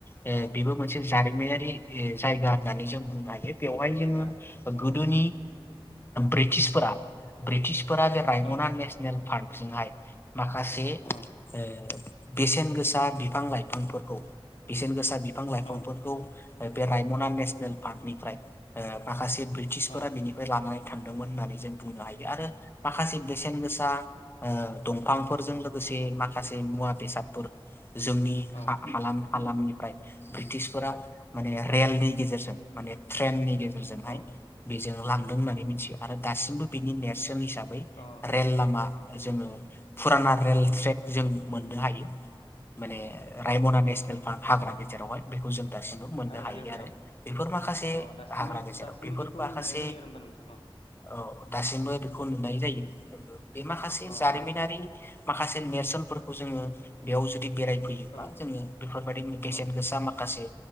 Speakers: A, on the left; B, on the left.
A: ए
B: औ
A: बिबो मोनसे जारिमिन नारि जायगा होननानै जों बुंनो हायो बेवहाय
B: जायगा
A: जोङो
B: औ
A: गोदोनि ब्रिटिशफोरा ब्रिटि फोरा बे रायमना
B: औ
A: नेसनेल पार्क बिजोंहाय माखासे <inaudible> बेसेन
B: औ
A: गोसा बिफां लाइफांफोरखौ बेसेन गोसा बिफां लाइफांफोरखौ
B: औ
A: बे रायमना नेसनेल पार्कनिफ्राय माखासे ब्रिटिशफोरा
B: औ
A: बिनिफ्राय लानाय थांदोंमोन होननानै जों बुंनो हायो आरो। माखासे बेसेन गोसा ओ दंफांफोरजों माखासे मुवा बेसाद जोंनि
B: औ
A: हालाम हालामनिफ्राय ब्रिटिसफोरा माने रेलनि गेजेर माने ट्रेननि गेजेरजोंहाय
B: औ
A: बे लांदों होननानै मिथियो आरो दासिमबो बेनि नेरसोन हिसाबै
B: अ
A: रेल लामा जोङो फुराना रेल ट्रेक जों मोननो हायो। माने रायम'ना
B: औ
A: नेसनेल पार्क हा जेरावहाय बेखौ जों दासिमबो मोननो
B: हाग्रा
A: हायो
B: गेजेराव
A: आरो बेफोर माखासे
B: अ दासिमबो
A: हाग्रा गेजेराव
B: दासिमबो
A: बेफोर
B: बेखौ
A: माखासे
B: नुनाय जायो आरो होमबा नोंथांनाव
A: औ दासिमबो बेखौ नुनाय जायो। बे माखासे
B: औ
A: जारिमिनारि
B: औ
A: माखासे नेरसोनफोरखौ जोङो बेयाव जों जुदि बेरायफैयोब्ला
B: औ
A: जोङो बेफोरबायदि बेसेन
B: औ
A: गोसा माखासे।